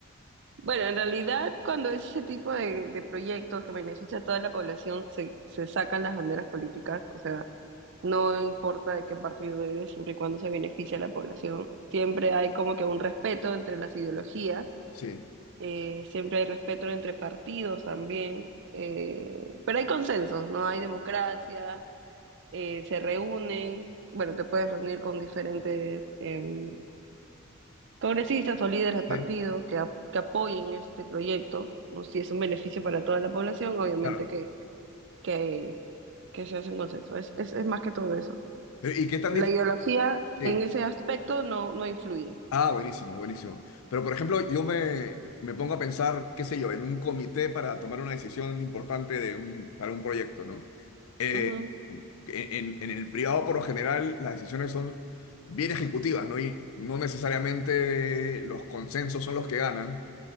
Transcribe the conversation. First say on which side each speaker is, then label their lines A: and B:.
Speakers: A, on the right; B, on the left.
A: Bueno, en realidad cuando es ese tipo de, de proyectos que beneficia a toda la población, se, se sacan las banderas políticas, o sea, no importa de qué partido eres, siempre y cuando se beneficia a la población, siempre hay como que un respeto entre las ideologías
B: Sí,
A: eh, siempre hay respeto entre partidos también, eh, pero hay consensos, ¿no? Hay democracia, eh, se reúnen, bueno, te puedes reunir con diferentes em, congresistas o líderes de
B: sí,
A: partido que, ap- que apoyen este proyecto, ¿no? Si es un beneficio para toda la población, obviamente
B: claro.
A: que, que, que se hace un consenso, es, es, es más que todo eso.
B: Pero, ¿Y qué tan
A: La
B: difícil?
A: ideología
B: Sí.
A: en ese aspecto no, no influye.
B: Ah, buenísimo, buenísimo. Pero, por ejemplo, yo me, me pongo a pensar, qué sé yo, en un comité para tomar una decisión importante de un- para un proyecto, ¿no? Eh,
A: Ujú,
B: en, en el privado, por lo general, las decisiones son bien ejecutivas, ¿no? Y no necesariamente los consensos son los que ganan.